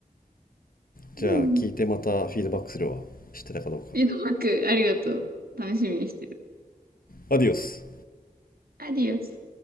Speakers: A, on the left (about 70°); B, on the right (about 80°).
A: じゃあ聞いてまたフィードバックするわ知ってたかどうか
B: うん。井戸幕、ありがとう。楽しみにしてる。
A: アディオス
B: アディオス。